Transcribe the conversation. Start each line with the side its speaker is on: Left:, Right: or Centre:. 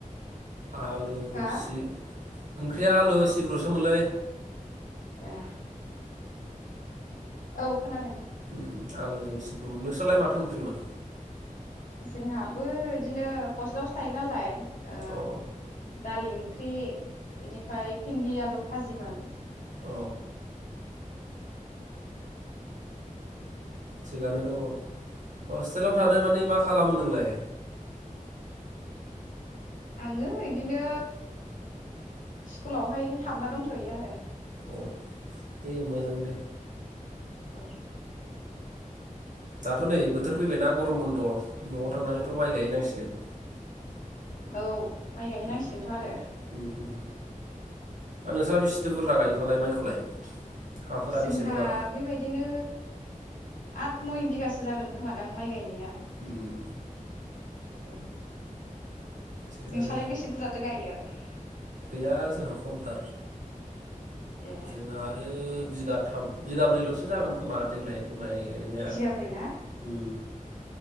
Right: आलु
Left: हा
Right: सि ओंख्रिया आलु सिब्रु खोमालै
Left: ए। औ खोनादों।
Right: उम आलुजों सिब्रुमोन नोंस्रालाय माथो ओंख्रिमोन?
Left: जोंहाबो बिदिनो हस्टेलावसो थायो नालाय ओ
Right: अ
Left: दालि ओंख्रि बेनिफ्राय भिन्दि आलु भाजिमोन।
Right: अ। थिगानो दङ। हस्टेलाव थानाय माने मा खालामो नोंलाय?
Left: आङो बिदिनो स्कुलावहाय हाबना दंथ'यो आरो
Right: अ दे मोजां दे
Left: औ
Right: दाथ' नै बोथोर फैबायना गरम बन्द' न'आव थांनानैथ' माइ गायहैनांसिगोन
Left: औ माइ गायहैनांसिगोनथ'
Right: उम
Left: आरो
Right: उम उम आरो नोंस्रा बेसेथो बुरजा गायो फालाय माइखौलाय हाफोरा
Left: जोंहा
Right: बेसे गुवार
Left: बेबायदिनो आट नय बिगासो जागोन खोमादां माइ गायनाया
Right: ओम
Left: औ
Right: थिगानो
Left: नोंसालाय बेसे बुरजाथो गायो <unintelligible>
Right: गैया जोंहा खमथार
Left: ए
Right: जोंहा आरो बिगाथाम बिगाब्रैल'सो जागोन खोमा देग्लाय माइ गायनाया
Left: बिगाब्रै ना
Right: ओ